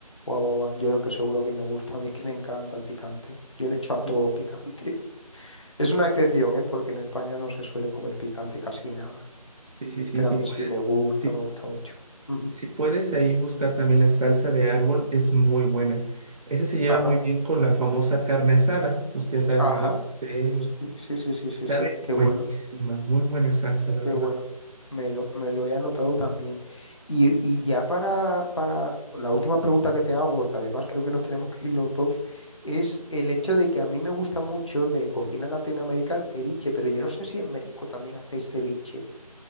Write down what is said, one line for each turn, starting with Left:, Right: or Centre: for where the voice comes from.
Left: guau, guau, guau. Yo creo que seguro que me gusta, a mí es que me encanta el picante. Yo le echo a todo
Right: Sí.
Left: picante. <laughs> Es una excepción, ¿eh? Porque en España no se suele comer picante casi nada.
Right: Sí, sí, sí,
Left: Pero
Right: sí.
Left: a mí
Right: Puedes,
Left: sí me gusta,
Right: sí,
Left: me gusta mucho. Ujú.
Right: si puedes ahí buscar también la salsa de árbol, es muy buena. Esa se lleva
Left: Ajá,
Right: muy bien con la famosa carne asada, pues ya sabemos,
Left: ajá.
Right: ¿no? Este,
Left: Sí, sí, sí, sí, sí,
Right: sabe
Left: sí, qué bueno,
Right: buenísima, muy buena salsa, la
Left: qué
Right: verdad.
Left: bueno. Me lo, me lo he anotado también. Y, y ya para, para la última pregunta que te hago, porque además creo que nos tenemos que ir los dos, es el hecho de que a mí me gusta mucho de cocina latinoamericana el ceviche, pero yo no sé si en México también hacéis ceviche.